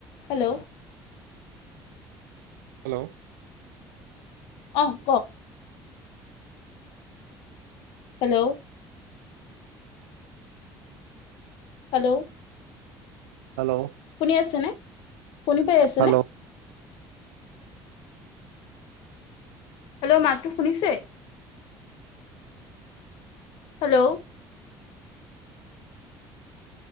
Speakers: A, on the left (about 55°); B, on the right (about 65°).
A: Hello.
B: Hello.
A: অহ, কক hello. Hello.
B: Hello
A: শুনি আছেনে? শুনি পাই আছেনে?
B: হেল্ল'
A: হেল্ল' মাতো শুনিছে? Hello.